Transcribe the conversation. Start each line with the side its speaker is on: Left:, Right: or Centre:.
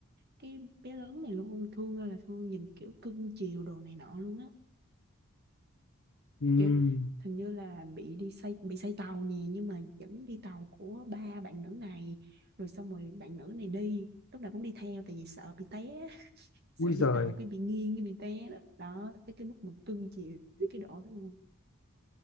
Right: cái bé lớn này luôn thương ơi là thương nhìn kiểu cưng chiều đồ này nọ luôn á
Left: Ừm,
Right: kiểu hình như là bị đi say bị say tàu nè nhưng mà vẫn đi tàu của ba bạn nữ này rồi xong rồi bạn nữ này đi lúc nào cũng đi theo tại vì sợ bị té <laughs> sợ
Left: Ui
Right: đi
Left: giời
Right: tàu cái bị nghiêng cái bị té đó, đó tới cái mức mà cưng chịu tới cái độ đó luôn